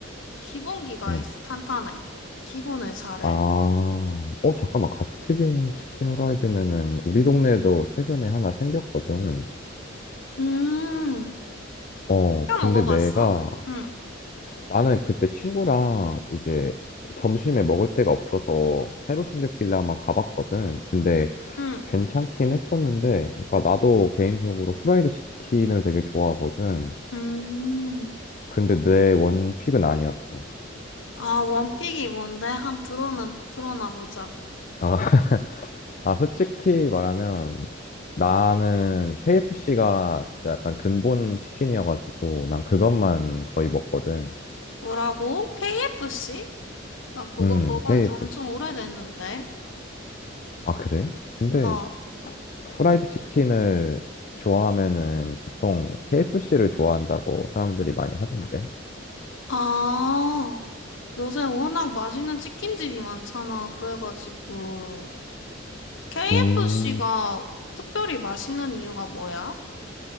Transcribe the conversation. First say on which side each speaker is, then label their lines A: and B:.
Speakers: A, on the left (about 70°); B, on the left (about 40°).
A: 기본기가
B: 음.
A: 있- 탄탄해. 기본을 잘해.
B: 아, 어, 잠깐만. 갓 튀긴 치킨 후라이드면은 우리 동네에도 최근에 하나 생겼거든.
A: 음,
B: 어,
A: 시켜
B: 근데
A: 먹어봤어?
B: 내가
A: 응.
B: 나는 그때 친구랑 이제 점심에 먹을 데가 없어서 새로 생겼길래 한번 가봤거든. 근데
A: 응.
B: 괜찮긴 했었는데, 그러니까 나도 개인적으로 후라이드 치킨을 되게 좋아하거든.
A: 음.
B: 근데 내 원픽은 아니었어.
A: 아, 원픽이 뭔데? 한 들어는 들어나 보자.
B: 아, <laughs> 아, 솔직히 말하면 나는 KFC가 진짜 약간 근본 치킨이어가지고 난 그것만 거의 먹거든.
A: 뭐라고? KFC? 나 그거
B: 음,
A: 먹은
B: KFC.
A: 지 엄청 오래됐는데.
B: 아, 그래? 근데
A: 어.
B: 후라이드 치킨을 좋아하면은 보통 KFC를 좋아한다고 사람들이 많이 하던데.
A: 아, 요새 워낙 맛있는 치킨집이 많잖아. 그래가지고 KFC가
B: 음,
A: 특별히 맛있는 이유가 뭐야?